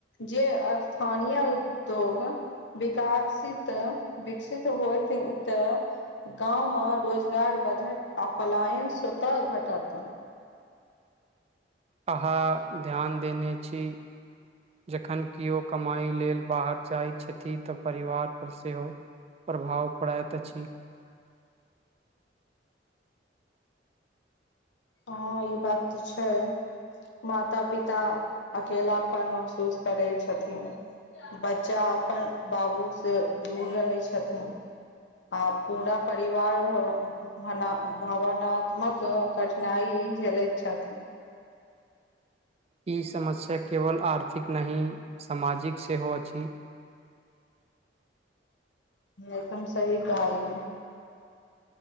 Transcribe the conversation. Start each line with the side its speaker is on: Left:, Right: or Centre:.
Left: जे स्थानीय उद्योग विकासित विकसित होइ तऽ गाँव मे रोजगार बढ़त आ पलायन स्वत घटत
Right: अहाँ ध्यान देने छी जखन केओ कमाइ लेल बाहर जाइत छथि तऽ परिवार परर सेहो प्रभाव पड़ैत अछि
Left: हँ ई बात तऽ छै माता पिता अकेलपन महसूस करै छथिन बच्चा अपन बाबू से दूर रहै छथिन आ पूरा परिवार भ भ भावनात्मक कठिनाइ झेलैत छथिन
Right: ई समस्या केवल आर्थिक नाही सामाजिक सेहो अछि
Left: एकदम सही कहलीय